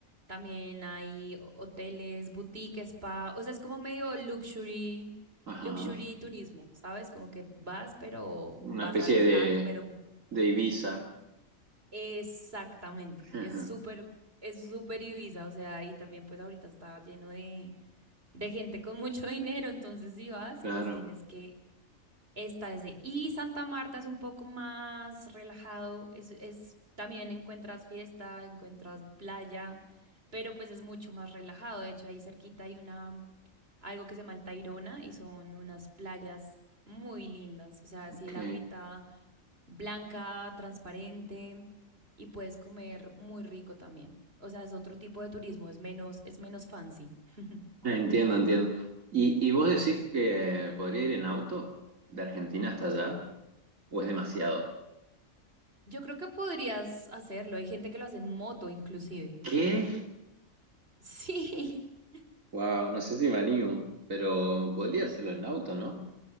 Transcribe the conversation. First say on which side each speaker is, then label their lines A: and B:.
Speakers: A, on the right; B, on the right.
A: también hay hoteles, boutique, spa, o sea, es como medio luxury.
B: ajá,
A: Luxury turismo, ¿sabes? Como que vas, pero
B: una
A: vas
B: especie
A: a, lu-
B: de
A: a comer
B: de Ibiza.
A: Exactamente,
B: <laughs>
A: es súper, es súper Ibiza, o sea, y también pues ahorita está lleno de, de gente con mucho <laughs> dinero, entonces si vas,
B: Claro,
A: pues tienes que, esta es de, y Santa Marta es un poco más relajado, es, es, también encuentras fiesta, encuentras playa, pero pues es mucho más relajado, de hecho ahí cerquita hay una, algo que se llama el Tayrona y son unas playas muy lindas, o sea,
B: ok.
A: si el agüita blanca, transparente y puedes comer muy rico también. O sea, es otro tipo de turismo, es menos, es menos fancy. <laughs>
B: Entiendo, entiendo. ¿Y, y vos decís que podría ir en auto de Argentina hasta allá? ¿O es demasiado?
A: Yo creo que podrías hacerlo. Hay gente que lo hace en moto, inclusive.
B: ¿Qué?
A: Sí, <laughs>
B: Wow, no sé si me animo, pero podría
A: Mm,
B: hacerlo en auto, ¿no?